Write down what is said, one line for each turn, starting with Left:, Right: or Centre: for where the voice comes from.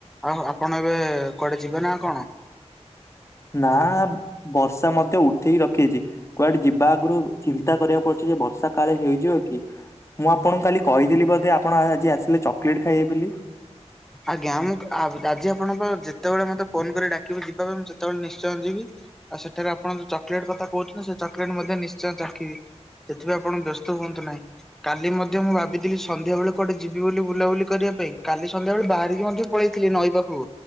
Centre: ଆଉ ଆପଣ ଏବେ କୁଆଡେ ଯିବେ ନା କଣ?
Left: ନା ବର୍ଷା ମଧ୍ୟ ଉଠେଇକି ରଖେଇଛି। କୁଆଡେ ଯିବା ଆଗରୁ ଚିନ୍ତା କରିବାକୁ ପଡୁଛି ଯେ ବର୍ଷା କାଳେ ହେଇଯିବ କି? ମୁଁ ଆପଣଙ୍କୁ କାଲି କହିଥିଲି ବୋଧେ ଆପଣ ଆଜି ଆସିଲେ ଚକୋଲେଟ ଖାଇବେ ବୋଲି।
Centre: ଆଜ୍ଞା ମୁଁ ଆଜି ଆପଣଙ୍କ ଯେତେବେଳେ ମତେ ଫୋନ କରି ଡାକିବେ ଯିବା ପାଇଁ ମୁଁ ସେତେବେଳେ ନିଶ୍ଚୟ ଯିବି। ଆଉ ସେଠାରେ ଆପଣ ଯଉ ଚକଲେଟ୍ କଥା କହୁଛନ୍ତି ସେ ଚକୋଲେଟ୍ ମଧ୍ୟ ନିଶ୍ଚୟ ଚାଖି ସେଥିପାଇଁ ଆପଣ ବ୍ୟସ୍ତ ହୁଅନ୍ତୁ ନାହିଁ। କାଲି ମଧ୍ୟ ମୁଁ ଭାବିଥିଲି ସନ୍ଧ୍ୟା ବେଳେ କୁଆଡ଼େ ଯିବି ବୋଲି ବୁଲାବୁଲି କରିବା ପାଇଁ କାଲି ସନ୍ଧ୍ୟାବେଳେ ବାହାରିକି ମଧ୍ୟ ପଳେଇଥିଲି ନଈ ପାଖକୁ